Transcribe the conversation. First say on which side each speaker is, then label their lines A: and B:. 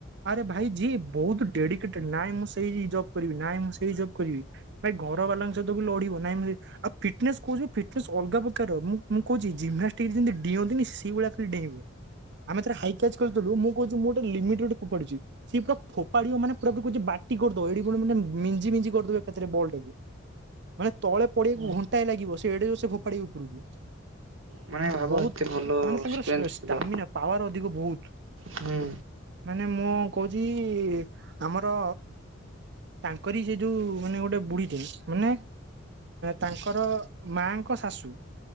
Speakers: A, on the right; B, on the right.
A: ଆରେ ଭାଇ ଯିଏ ବହୁତ୍ ଡେଡିକେଟେଡ୍ ନାଇଁ ମୁଁ ସେଇ ଜବ୍ କରିବି ନାଁଇ ମୁଁ ସେଇ ଜବ୍ କରିବି ଭାଇ ଘର
B: ହୁଁ
A: ବାଲାଙ୍କ ସହିତ ବି ଲଢିବ ନାଇଁ ମୁଁ ଏ ଆଉ ଫିଟନେସ୍ କହୁଚି ଫିଟନେସ୍ ଅଲଗା ପ୍ରକାର ମୁଁ ମୁଁ କହୁଛି ଜିମ୍ନାଷ୍ଟିକ୍ ଯେନ୍ତି ଡିଅନ୍ତିିନି ସେଇ ଭଳିଆ ଖାଲି ଡେଇଁବ। ଆମେ ଥରେ ହାଇ କ୍ୟାଚ୍ କରିଦବୁ ମୁଁ କହୁଚି ମୁଁ ଗୋଟେ ଲିମିଟ୍ ରେ ଗୋଟେ ଫୋପାଡୁଚି ସିଏ ପୁରା ଫୋପାଡିିବ ମାନେ ପୁରା ପୁରି କହୁଚି ବାଟି କରିଦବ ଏଠି ପ ମାନେ ମିଞ୍ଜି ମିଞ୍ଜି କରିଦବ ଏକାଥରେ ବଲ୍ ଟାକୁ। ମାନେ ତଳେ ପଡିବାକୁ
B: ହୁଁ
A: ଘଣ୍ଟାଏ ଲାଗିବ ସେ ଏଡେ ଜୋର୍ ସେ ଫୋପାଡିବ ଉପରକୁ
B: ମାନେ ଭାବ
A: ବହୁତ୍
B: ଏତେ ଭଲ
A: ମାନେ ତାଙ୍କର
B: ଷ୍ଟ୍ରେନ୍ଥ
A: ଷ୍ଟାମିନା
B: ଥିଲା।
A: ପାୱାର ଅଧିକ ବହୁତ୍।
B: ହୁଁ।
A: ମାନେ ମୁଁ କହୁଚି ଆମର ତାଙ୍କରି ସେ ଯୋଉ ମାନେ ଗୋଟେ ବୁଢୀଟେ ମାନେ ତାଙ୍କର ମାଙ୍କ ଶାଶୁ